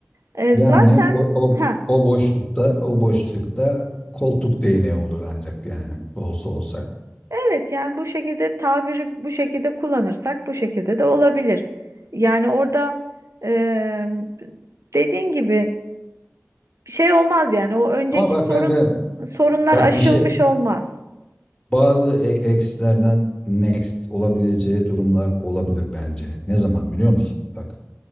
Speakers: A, on the right; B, on the left.
A: e,
B: Yani
A: zaten
B: bu, o,
A: ha
B: o boşlukta o boşlukta koltuk değneği olur ancak yani olsa olsa.
A: evet yani bu şekilde tabiri bu şekilde kullanırsak bu şekilde de olabilir. Yani orada e, dediğin gibi bir şey olmaz yani. O önceki
B: Ama bak
A: sorun
B: ben ben
A: sorunlar
B: bak
A: aşılmış
B: bir şey
A: olmaz.
B: bazı e- ex'lerden next olabileceği durumlar olabilir bence. Ne zaman biliyor musun? Bak